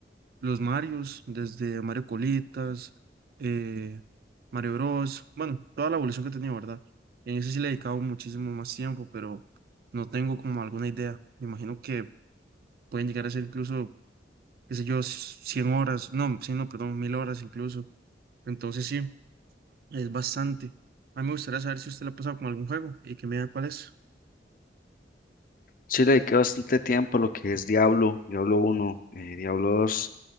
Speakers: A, on the right; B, on the left.
A: los Marios, desde Mario Colitas, eh, Mario Bros, bueno, toda la evolución que he tenido, ¿verdad? En eso sí le he dedicado muchísimo más tiempo, pero no tengo como alguna idea. Me imagino que pueden llegar a ser incluso qué sé yo, 100 horas, no, 100, no, perdón, 1000 horas incluso. Entonces sí, es bastante. A mí me gustaría saber si usted la ha pasado con algún juego y que me diga cuál es.
B: Sí, le dediqué bastante tiempo a lo que es Diablo, Diablo uno eh, Diablo dos